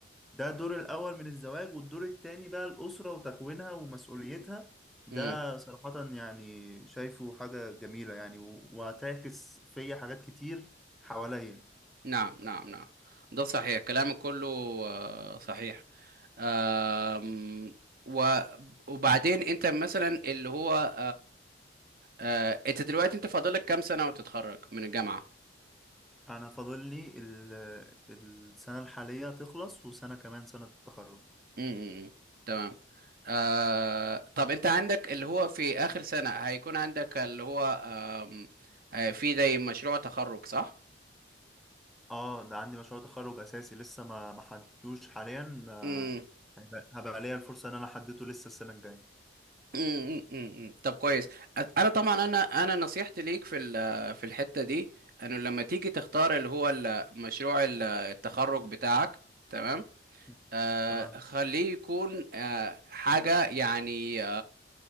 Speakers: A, in the centre; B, on the right.
A: فده دور الأول من الزواج والدور التاني بقى الأسرة وتكوينها ومسؤوليتها ده
B: مم.
A: صراحة يعني شايفه حاجة جميلة يعني و- وهتعكس فيا حاجات كتير حواليا
B: نعم نعم نعم ده صحيح كلامك كله آه صحيح آم، و- وبعدين انت مثلا اللي هو آه، انت دلوقتي انت فاضلك كام سنة وتتخرج من الجامعة
A: انا فاضل لي ال- السنه الحاليه تخلص وسنه كمان سنه التخرج
B: امم تمام آه، طب انت عندك اللي هو في اخر سنة هيكون عندك اللي هو آم، آه، في زي مشروع تخرج صح؟
A: اه ده عندي مشروع تخرج اساسي لسه ما ما حددتوش حاليا آه،
B: امم
A: هيبقى هبقى ليا الفرصه ان انا احدده لسه السنه الجايه
B: امم امم طب كويس أ- انا طبعا انا انا نصيحتي ليك في ال- في الحتة دي انه لما تيجي تختار اللي هو ال- مشروع ال- التخرج بتاعك تمام
A: مم.
B: آه،
A: تمام
B: خليه يكون آه، حاجة يعني